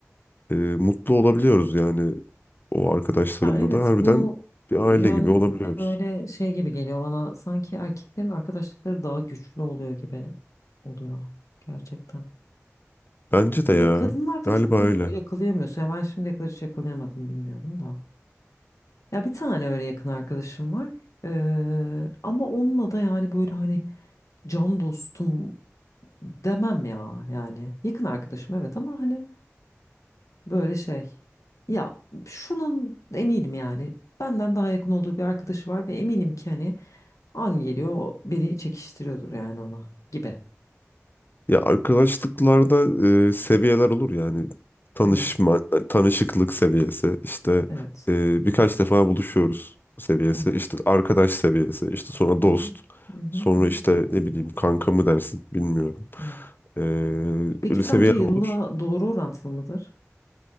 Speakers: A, on the left; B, on the left.
A: e, mutlu olabiliyoruz. Yani o arkadaşlarımla
B: Ya evet
A: da harbiden
B: bu
A: bir aile
B: yönüne
A: gibi olabiliyoruz.
B: böyle şey gibi geliyor bana sanki erkeklerin arkadaşlıkları daha güçlü oluyor gibi oluyor gerçekten.
A: Bence
B: Kadın-
A: de ya
B: Kadınlar
A: galiba
B: da çok bunu
A: öyle.
B: yakalayamıyorsun. Ya ben şimdiye kadar hiç yakalayamadım bilmiyorum da. Ya bir tane öyle yakın arkadaşım var. Ee, ama onunla da yani böyle hani can dostum demem ya yani. Yakın arkadaşım evet ama hani böyle şey. Ya şunun eminim yani benden daha yakın olduğu bir arkadaşı var ve eminim ki hani An geliyor o beni çekiştiriyordur yani ona gibi.
A: Ya arkadaşlıklarda e, seviyeler olur yani tanışma
B: Evet,
A: yani tanışıklık seviyesi işte
B: evet.
A: e, birkaç defa buluşuyoruz seviyesi
B: Hı hı,
A: işte arkadaş seviyesi işte sonra
B: hı
A: dost
B: hı, hı hı,
A: sonra
B: hı hı.
A: işte ne bileyim kanka mı dersin bilmiyorum
B: Evet.
A: E,
B: Peki
A: öyle
B: sence
A: seviyeler
B: yılla
A: olur.
B: doğru orantılı mıdır?